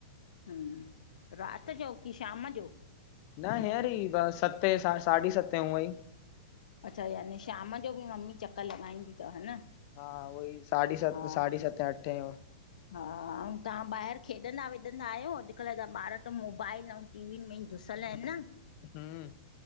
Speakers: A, on the left (about 85°); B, on the left (about 40°).
A: हूं राति जो की शाम जो?
B: न हीयंर ई ब सते साढी सते हूंअई।
A: अच्छा याने शाम जो बि मम्मी चकर लॻाईंदी तव हा न?
B: हा उवई साढी सत
A: हा
B: साढी सते अठे।
A: हा, आऊं तव्हां ॿाहिरि खेॾंदा वेॾंदा आहियो, अॼुकल्ह जा ॿार त मोबाइल ऐं टीवीनि में ई घुसियल आहिनि न।
B: हूं,